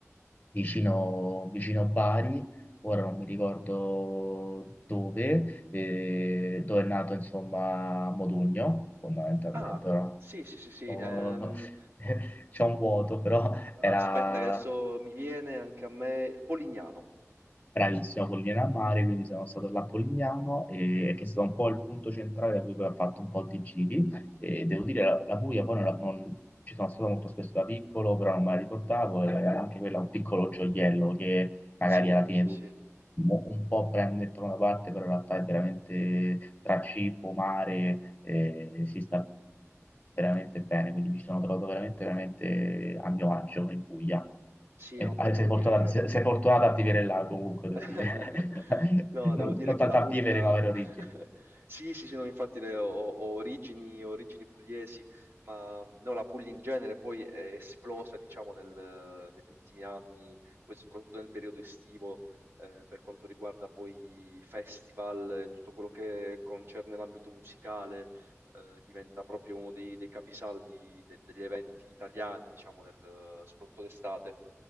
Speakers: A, on the left; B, on the right.
A: vicino, vicino Bari ora non mi ricordo dove, eh, dove è nato insomma Modugno, fondamentalmente,
B: Ah,
A: ora.
B: sì, sì, sì, sì.
A: Oh,
B: ehm,
A: <laughs> c'è un vuoto, però era
B: Aspetta che adesso mi viene anche a me Polignano.
A: Bravissimo, Pollina a Mare, quindi sono stato là a Polignano, eh, che è stato un po' il punto centrale da cui poi ho fatto un po' di giri. E devo dire, la, la Puglia poi non, la- non- ci sono stato molto spesso da piccolo, però non me la ricordavo, e anche quella è un piccolo gioiello che magari
B: Sì,
A: alla fine
B: sì,
A: tu
B: sì.
A: mo- un po' prende il da una parte, però in realtà è veramente tra cibo, mare, eh, si sta veramente bene, quindi mi sono trovato veramente, veramente a mio agio in Puglia.
B: Sì,
A: E,
B: ma poi
A: ah,
B: devo
A: sei fortunato,
B: dire che
A: sei- sei fortunato a vivere là comunque,
B: <laughs>
A: devo dire. <laughs>
B: No,
A: Non,
B: devo dire
A: non
B: che
A: tanto
B: la Puglia...
A: a vivere, ma avere
B: <laughs>
A: origini.
B: Sì, sì, sì, no, infatti le- ho, ho origini, origini pugliesi, ma mhmm, no, la Puglia in genere poi è esplosa, diciamo, nel- negli ultimi anni, poi soprattutto nel periodo estivo, eh, per quanto riguarda poi festival e tutto quello che concerne l'ambito musicale, eh, diventa proprio uno dei, dei capisaldi de- degli eventi italiani, diciamo, nel- soprattutto d'estate.